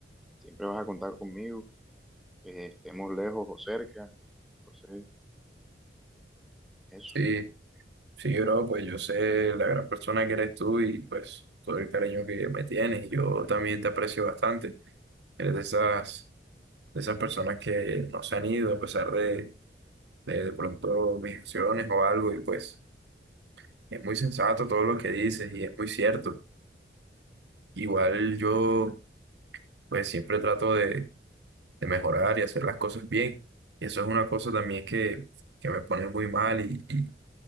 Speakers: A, in the centre; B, on the right (about 80°).
A: Siempre vas a contar conmigo, eh, estemos lejos o cerca. Entonces, eso.
B: Sí, sí, bro, pues yo sé la gran persona que eres tú y pues todo el cariño que me tienes y yo también te aprecio bastante. Eres de esas, de esas personas que no se han ido a pesar de, de, de pronto mis acciones o algo y pues es muy sensato todo lo que dices y es muy cierto. Igual yo pues siempre trato de de mejorar y hacer las cosas bien. Y eso es una cosa también que, que me pone muy mal y, y-